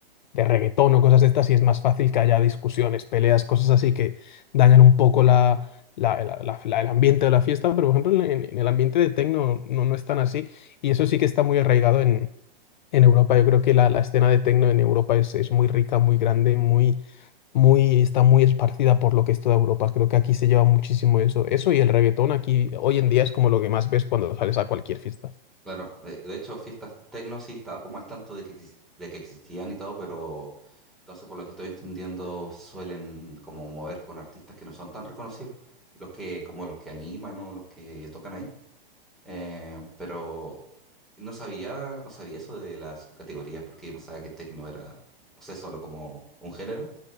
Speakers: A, on the left (about 50°); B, in the centre.
A: de reggaetón o cosas de estas y es más fácil que haya discusiones, peleas, cosas así que dañan un poco la, la- la- la- la- el ambiente de la fiesta, pero por ejemplo en, en el ambiente de techno no, no es tan así y eso sí que está muy arraigado en, en Europa. Yo creo que la, la escena de techno en Europa es, es muy rica, muy grande, muy, muy, está muy esparcida por lo que es toda Europa. Creo que aquí se lleva muchísimo eso. Eso y el reggaetón aquí hoy en día es como lo que más ves cuando sales a cualquier fiesta.
B: claro. De, de hecho, fiestas techno sí estaba como al tanto de que exis- de que existían y todo, pero entonces por lo que estoy entendiendo se suelen como mover con artistas que no son tan reconocidos, los que como los que animan o los que tocan ahí. Eh, pero no sabía, no sabía eso de las subcategorías porque yo pensaba que techno era, no sé, solo como un género.